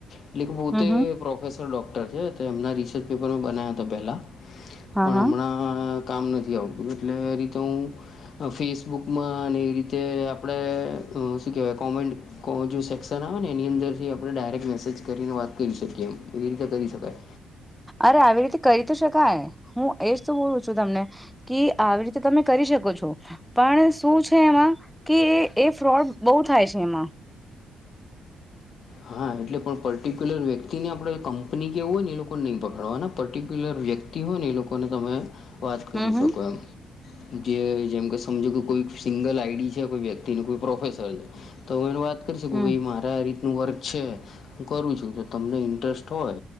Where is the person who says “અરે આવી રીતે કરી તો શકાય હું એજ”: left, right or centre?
Centre